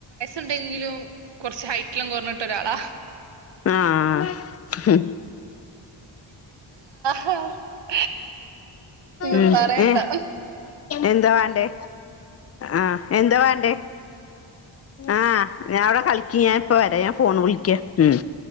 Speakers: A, on the right; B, on the left.
A: ണ്ടെങ്കിലും കുറച്ച് ഹൈറ്റെല്ലാം കുറഞ്ഞിട്ട ഒരാളാ
B: ആഹ്
A: <unintelligible> ഒന്നും
B: ഉം
A: പറയണ്ട
B: ഏ എന്താ വേണ്ടേ ആഹ് എന്താ വേണ്ടേ ആഹ് ഞാൻവിടെ കളിക്ക ഞാനിപ്പ വരം ഫോണ് വിളിക്ക ഉം